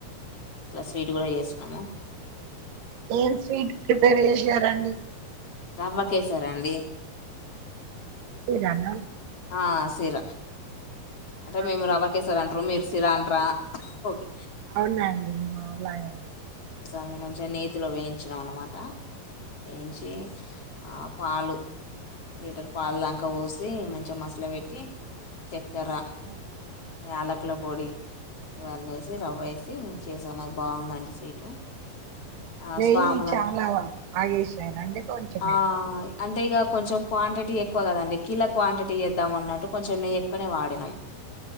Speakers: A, on the left (about 40°); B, on the right (about 85°).
A: అట్ల స్వీట్ కూడ చేస్తున్నాము
B: ఏం స్వీట్ ప్రిపేర్ చేసారంండి
A: రవ్వకేశరీ అండి
B: ఇడ్లీ రవ్వా
A: ఆ సీరా అంటే
B: ఆ
A: మేము రవ్వకేేశర్ అంట్రు మీరు సిరా అంట్రా ఓకే
B: అవునండి అలాగే
A: ము మంచిగా నేతిలో వేయించినాం అనమాట వేయించి ఆ పాలు లీటర్ పాలు దాంక పోసి మంచిగా మసలు పెట్టి చక్కెర
B: ఆ
A: యాలకుల పోొడి ఇవన్నీ వేసి రవ్వ వేసి చేసాం అది బాగుందండి స్వీటు ఆ
B: నెయ్యి
A: స్వాముల
B: చాలా బాగేసారు అంటే కొంచెం వేసారు
A: ఆ అంతే ఇగ కొంచెం క్వాంటిటీ ఎక్కువ కదండి కిల క్వాంటిటీ వేద్దాం అన్నట్టు కొంచెం మే ఎక్కువనే వాడినాం